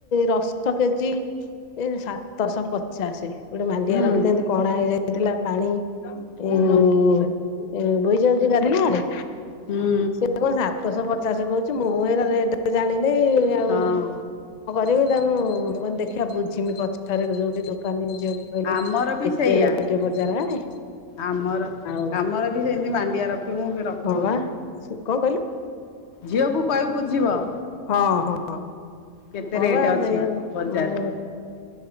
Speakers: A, on the left; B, on the left.
A: ରସ୍ତ କେଜି ଏ ସାତଶହ ପଚାଶ ଗୋଟେ ମାଣ୍ଡିଆ
B: ହୁଁ
A: ରଖିଥାଆନ୍ତି କଣା ହେଇଯାଇଥିଲା ପାଣି- -
B: ହୁଁ
A: ଏ ଏ ବୋହି ଯାଉଚି ଗାଧେଇଲା ବେଳେ।
B: ହୁଁ
A: ସିଏ କଣ ସାତଶହ ପଚାଶ କୋହୁଚି ମୁଁ ହେରା ରେଟ୍ ଯାଣିନି
B: ହଁ
A: ଆଉ ଯେମିତି ତାଙ୍କୁ ଦେଖିବା ବୁଝିମି ପଛରେ ଯୋଉଠି ଦୋକାନୀ ଯୋଉ ସେ କହିଲେ
B: ଆମର ବି
A: କେତେ
B: ସେଇଆ
A: ରେଟ୍ ବଜାର ଆଡେ?
B: ଆମର
A: ଆଉ
B: ଆମର ବି ସେମିତି ମାଣ୍ଡିଆ ରଖିମୁ କି ରଖିନୁ।
A: ହଁ ବା କଣ କହିଲୁ?
B: ଝିଅକୁ କହିବୁ ବୁଝିବ।
A: ହଁ ହଁ।
B: କେତେ
A: ହଁ
B: ରେଟ୍
A: ବା
B: ଅଛି
A: ସେଇଆ
B: ବଜାରରେ
A: ମୁଁ